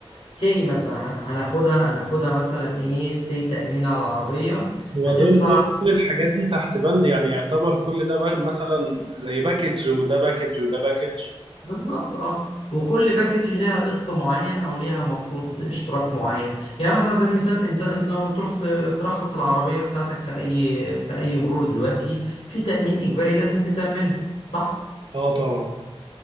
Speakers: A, on the left (about 80°); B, on the right (about 55°).
A: سي مثلا هناخدها هناخدها مثلا ايه سي تأمين على العربية
B: هو
A: هتدفع
B: دول كل كل الحاجات دي تحت بند يعني يعتبر كل ده با- مثلا زي باكج وده باكج وده باكج
A: بالظبط اه وكل باكج ليها قسط معين او ليها مفروض اشتراك معين يعني مثلا على سبيل المثال انت انت لما بتروح ت- ترخص العربيه بتاعتك في اي في اي مرور دلوقتي في تامين اجباري لازم بتعمله صح
B: اه طبعا